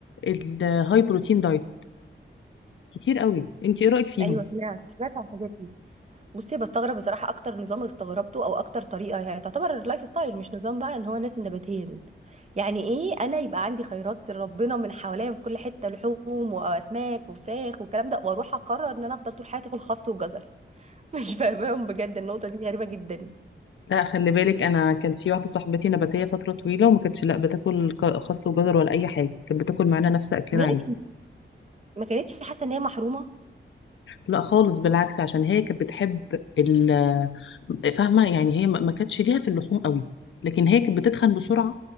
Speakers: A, on the left; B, on the right.
A: الهاي بروتين دايت كتير قوي انت ايه رأيك فيهم
B: ايوه سمعت سمعت عن الحاجات دي بصي بستغرب بصراحه اكتر نظام استغربته او اكتر طريقه هي تعتبر اللايف ستايل مش نظام بقى ان هو الناس النباتيه دول يعني ايه انا يبقى عندي خيرات ربنا من حواليا من كل حته لحوم واسماك وفراخ والكلام ده واروح اقرر ان انا افضل طول حياتي اكل خس وجزر <laughs> مش فاهماهم بجد النقطه دي غريبه جدا
A: لا خلي بالك انا كانت في واحدة صاحبتي نباتية فترة طويلة وما كانتش لا بتاكل ك- خس وجزر ولا اي حاجة كانت بتاكل معانا نفس اكلنا
B: ماشي
A: عادي
B: ما كانتش حاسه ان هي محرومه
A: لا خالص بالعكس عشان هي كانت بتحب ال فاهمه يعني هي ما ما كانتش ليها في اللحوم قوي لكن هي كانت بتتخن بسرعه